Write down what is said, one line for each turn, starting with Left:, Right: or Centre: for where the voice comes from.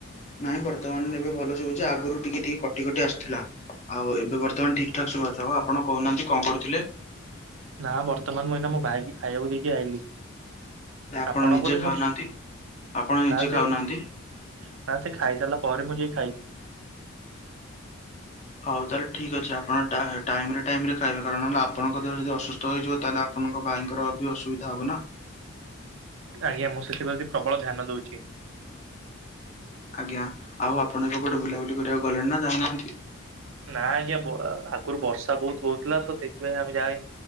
Left: ନାଇଁ ବର୍ତ୍ତମାନ ଏବେ ଭଲ ଶୁବୁଚି। ଆଗୁରୁ ଟିକେ ଟିକେ କଟି କଟି ଆସୁଥିଲା। ଆଉ ଏବେ ବର୍ତ୍ତମାନ ଠିକ୍ ଠାକ୍ ସୁବା ଯାଉଚି। ଆଉ ଆପଣ କହୁନାହାନ୍ତି କଣ କରୁଥିଲେ?
Right: ନା ବର୍ତ୍ତମାନ ମୁଁ ଏଇନା ମୋ ଭାଇକି ଖାଇବାକୁ ଦେଇକି ଆଇଲିି।
Left: ଆପଣ
Right: ଆପଣଙ୍କ
Left: ନିଜେ
Right: ଠୁ
Left: ଖାଉନାହାନ୍ତି।
Right: ମୁଁ ଶୁ
Left: ଆପଣ ନିଜେ
Right: ନା ସେ
Left: ଖାଉନାହାନ୍ତି।
Right: ନା ସେ ଖାଇ ସାରିଲା ପରେ ମୁଁ ଯାଇ ଖାଇବି।
Left: ହଉ ତାହେଲେ ଠିକ୍ ଅଛି ଆପଣ ଟା ଟାଇମ ରେ ଟାଇମ ରେ ଖାଇବେ କାରଣ ହେଲା ଆପଣଙ୍କ ଦେହ ଯଦି ଅସୁ ସ୍ଥ ହେଇଯିବ ତାହେଲେ ଆପଣଙ୍କ ଭାଇଙ୍କର ବି ଅସୁବିଧା ହବ ନା।
Right: ଆଜ୍ଞା ମୁଁ ସେଥିପ୍ରତି ପ୍ରବଳ ଧ୍ୟାନ ଦଉଚି।
Left: ଆଜ୍ଞା। ଆଉ ଆପଣ ଏବେ କୁଆଡେ ବୁଲାବୁଲି କରିବାକୁ ଗଲେଣି ନା ଯାଇନାହାନ୍ତି?
Right: ନା ଆଜ୍ଞା ବ ଆଗୁରୁ ବର୍ଷା ବହୁତ ହଉଥିଲା ତ ସେଥିପାଇଁ ଆମେ ଯାଇନୁ।